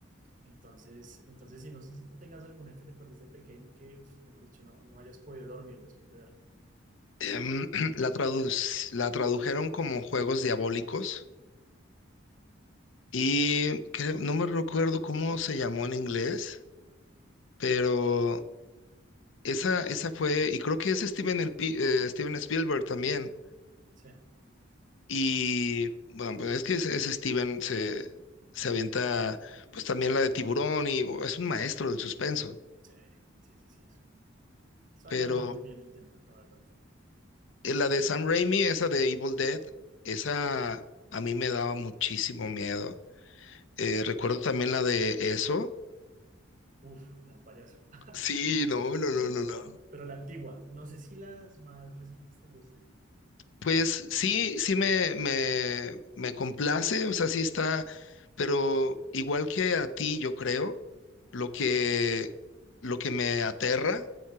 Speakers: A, on the right (about 40°); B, on the left (about 70°).
A: Entonces, entonces sí, no sé si tú tengas alguna que recuerdes de pequeño que, uf, mejor dicho, no, no hayas podido dormir después de verla.
B: em, <clears throat> la tradu la tradujeron como Juegos Diabólicos y creo- no me recuerdo cómo se llamó en inglés, pero esa, esa fue, y creo que es Steven, el Pi- eh, Steven Spielberg también.
A: Sí,
B: Y bueno, pues es que ese, ese Steven se, se avienta pues también la de Tiburón y oh, es un maestro del suspenso,
A: sí, sí, sí, sí. es un- Sabe
B: pero
A: manejar muy bien el tema, la verdad.
B: eh, la de Sam Raimi, esa de Evil Dead, esa a mí me daba muchísimo miedo. Eh, recuerdo también la de eso.
A: Uf, la del payaso. <laughs>
B: Sí, no, no,
A: Peliculón.
B: no, no, no.
A: Pero la antigua, no sé si las más recientes te gusten.
B: Pues sí, sí me, me, me complace, o sea, sí está, pero igual que a ti, yo creo, lo que, lo que me aterra